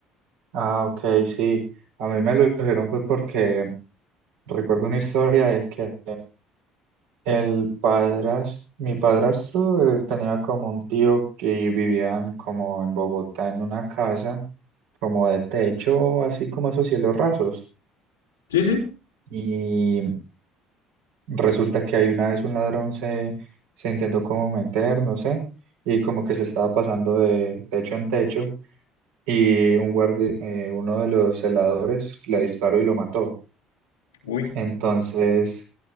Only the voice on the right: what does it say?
Ah, ok, sí. A mí me lo dijeron fue porque recuerdo una historia de que el padras, mi padrastro eh, tenía como un tío que vivían como en Bogotá en una casa, como de techo, así como esos cielos rasos.
y Resulta que ahí una vez un ladrón se, se intentó como meter, no sé, y como que se estaba pasando de techo en techo y un guardi eh, uno de los celadores le disparó y lo mató.
Entonces